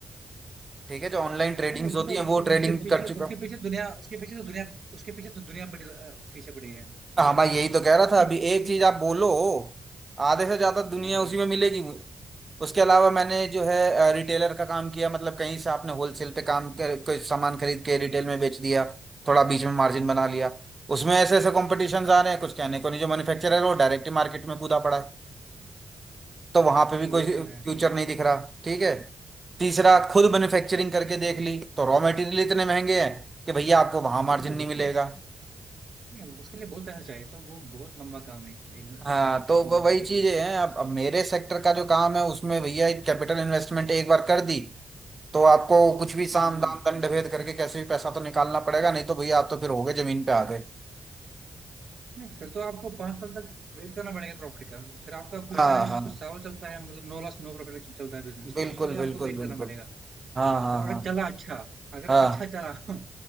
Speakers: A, on the right (about 30°); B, on the right (about 60°).
A: ठीक है जो ऑनलाइन ट्रेडिंग्स
B: ट्रेजर उसने
A: होती हैं
B: उस,
A: वो ट्रेडिंग
B: उसके पीछे
A: कर चुका
B: उसके
A: हूँ
B: पीछे दुनिया उसके पीछे तो दुनिया उसके पीछे तो दुनिया पड़ी अ, पीछे पड़ी है
A: हाँ मैं यही तो कह रहा
B: <laughs>
A: था अभी एक चीज आप बोलो आधे से ज्यादा दुनिया
B: हाँ हाँ
A: उसी में मिलेगी उसके अलावा मैंने जो है रिटेलर का काम किया मतलब कहीं से आपने होलसेल पे काम कर कोई सामान खरीद के रिटेल में बेच दिया थोड़ा बीच में मार्जिन बना लिया उसमें ऐसे ऐसे कॉम्पिटिशन आ रहे हैं कुछ कहने को नहीं जो मैन्युफैक्चरर है वो डायरेक्ट मार्केट में कूदा पड़ा है तो वहां पे भी
B: नहीं
A: कोई
B: वो तो है
A: फ्यूचर नहीं दिख रहा ठीक है तीसरा खुद मैन्युफैक्चरिंग करके देख ली तो रॉ मटेरियल इतने महंगे हैं कि भैया आपको वहां
B: नहीं, वो
A: मार्जिन
B: तो
A: नहीं
B: उस,
A: मिलेगा
B: नहीं, उसके लिए बहुत पैसा चाहिए तो वो बहुत लंबा काम है एक्चुअली मैन्युफैक्चर
A: हाँ तो व- वही चीजें
B: का
A: हैं अब अब मेरे सेक्टर का जो काम है उसमें भैया एक कैपिटल इन्वेस्टमेंट एक बार कर दी तो आपको कुछ भी साम
B: हम्म हम्म
A: दाम दंड भेद करके कैसे भी पैसा तो निकालना पड़ेगा नहीं तो भैया आप तो फिर हो गए जमीन पे आ गए
B: नहीं फिर तो आपको पांच साल तक वेट करना पड़ेगा प्रॉफिट का फिर आपका कुछ
A: हाँ
B: टाइम
A: हाँ
B: कुछ साल चलता है मतलब नो लॉस नो प्रॉफिट चलता है बिजनेस
A: बिल्कुल
B: तो उसके लिए
A: बिल्कुल
B: आपको वेट करना
A: बिल्कुल
B: पड़ेगा
A: हाँ हाँ
B: और
A: हाँ
B: अगर चला अच्छा अगर
A: हाँ
B: अच्छा चला <laughs>